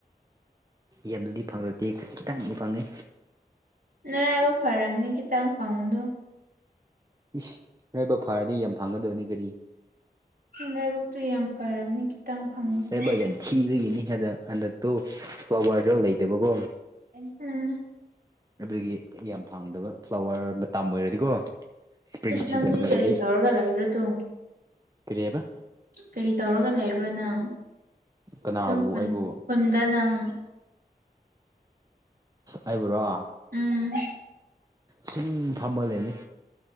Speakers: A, on the right; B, on the right.
A: ꯌꯥꯝꯅꯗꯤ ꯐꯪꯔꯛꯇꯦ ꯈꯖꯤꯛ ꯈꯤꯇꯪꯗꯤ ꯐꯪꯉꯦ
B: ꯅꯔꯥꯏꯕꯥꯛ ꯐꯔꯝꯅꯤ ꯈꯤꯇꯪ ꯐꯪꯕꯗꯣ
A: ꯏꯁ ꯏꯔꯥꯏꯕꯛ ꯐꯔꯗꯤ ꯌꯥꯝ ꯐꯥꯡꯒꯗꯕꯅꯦ ꯒꯥꯔꯤ
B: ꯅꯔꯥꯏꯕꯛꯇꯨ ꯌꯥꯝ ꯐꯔꯝꯅꯤ ꯈꯤꯇꯪ ꯐꯪꯕꯀꯣ
A: <unintelligible> ꯌꯥꯝ ꯊꯤꯕꯒꯤꯅꯤ ꯑꯗꯣ ꯍꯟꯗꯛꯇꯣ ꯐ꯭ꯂꯋꯔꯗꯨ ꯂꯩꯇꯕꯀꯣ
B: ꯎꯝ
A: ꯑꯗꯨꯒꯤ ꯌꯥꯝ ꯐꯪꯗꯕ ꯐ꯭ꯂꯥꯋꯔ ꯃꯇꯝ ꯑꯣꯏꯔꯗꯤꯀꯣ ꯏꯁꯄ꯭ꯔꯤꯡ
B: ꯏꯁ
A: ꯁꯤꯖꯟ
B: ꯅꯪꯗꯤ
A: ꯑꯣꯏꯔꯗꯤ
B: ꯀꯔꯤ ꯇꯧꯔꯒ ꯂꯩꯕ꯭ꯔꯥꯗꯨꯝ
A: ꯀꯔꯤ ꯍꯥꯏꯕ
B: ꯀꯔꯤ ꯇꯧꯔꯒ ꯂꯩꯕ꯭ꯔꯥ ꯅꯪ
A: ꯀꯅꯥꯕꯨ
B: ꯑꯗꯨꯝ ꯈꯨꯟ
A: ꯑꯩꯕꯨ
B: ꯈꯨꯟꯗ ꯅꯪ
A: ꯑꯩꯕꯨꯔꯣ
B: ꯎꯝ
A: ꯁꯨꯝ ꯐꯝꯃ ꯂꯩꯅꯤ